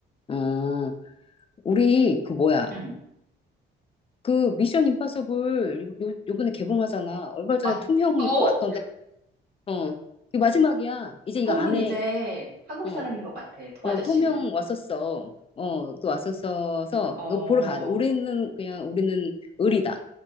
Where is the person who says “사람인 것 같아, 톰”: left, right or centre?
Right